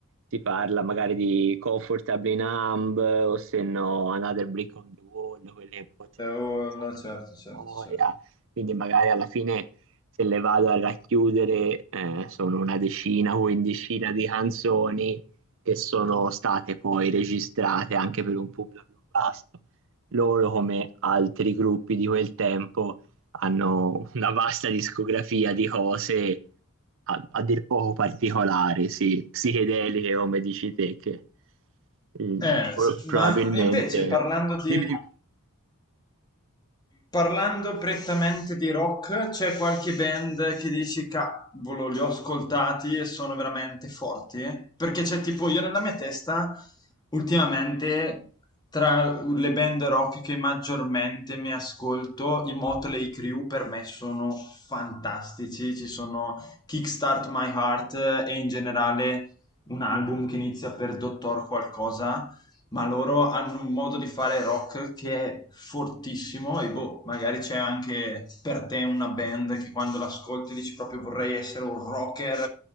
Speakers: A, on the right (about 60°); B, on the left (about 20°).
A: si parla magari di Comfortably Numb o se no Another Brick on the Wall, quelle forse
B: Eh,
A: un
B: oh,
A: po' pensate
B: no, certo,
A: alla storia,
B: certo, certo.
A: quindi magari alla fine se le vado a racchiudere eh, sono una decina o quindicina di canzoni che sono state poi registrate anche per un pubblico più vasto. Loro, come altri gruppi di quel tempo, hanno una vasta discografia di cose a, a dir poco particolari, sì, psichedeliche come dici te, che eh,
B: Eh,
A: pro- probabilmente...
B: ma invece parlando di
A: Dimmi, dimmi.
B: Parlando prettamente di rock, c'è qualche band che dici cavolo, li ho ascoltati e sono veramente forti? eh?" Perché c'è tipo io nella mia testa, ultimamente, tra le band rock che maggiormente mi ascolto, i Motley Crue per me sono fantastici. Ci sono Kickstart My Heart eh, e in generale un album che inizia per Dottor qualcosa ma loro hanno un modo di fare rock che è fortissimo e boh, magari c'è anche per te una band che quando l'ascolti dici proprio vorrei essere un rocker